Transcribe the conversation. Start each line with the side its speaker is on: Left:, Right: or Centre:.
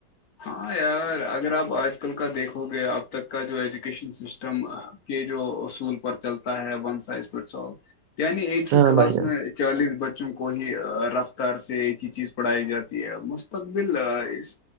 Left: ہاں یار اگر آپ آج کل کا دیکھو گے اب تک کا جو ایجوکیشن سسٹم کے جو اصول پر چلتا ہے ون سائز فٹ سال یعنی ایک
Right: ہاں
Left: ہی کلاس
Right: بھائی جان
Left: میں چالیس بچوں کو ہی رفتار سے ایک ہی چیز پڑھائی جاتی ہے مستقبل اس